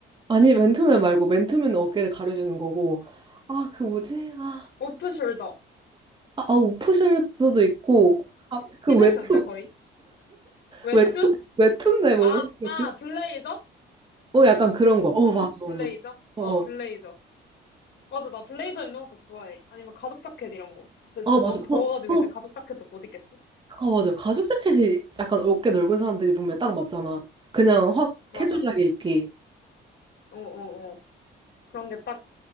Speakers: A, on the right (about 25°); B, on the left (about 60°).
A: 아니, 맨투맨 말고, 맨투맨은 어깨를 가려주는 거고. 아, 그 뭐지? 아,
B: 오프숄더.
A: 아, 아, 우프숄더도 있고. 아, 그
B: 키즈쇼인데,
A: 외투,
B: 거의. 외투?
A: 웹툰, 웹툰데 뭐라고
B: 아,
A: 거지
B: 아, 블레이저?
A: 어, 약간 그런 거. 어,
B: 블,
A: 맞아,
B: 블레이저?
A: 맞아. 어,
B: 어,
A: 어.
B: 블레이저. 맞아, 나 블레이저 입는 것도 좋아해. 아니면 가죽 자켓 이런 거. 근데
A: 아,
B: 지금
A: 맞아.
B: 너무 더워가지고
A: 어, 어,
B: 이제 가죽 자켓도 못 입겠어.
A: 아, 맞아. 가죽 자켓이 약간 어깨 넓은 사람들이 보면 딱 맞잖아. 그냥 확
B: 맞아.
A: 캐주얼하게 입기.
B: 어, 어, 어. 그런 게 딱.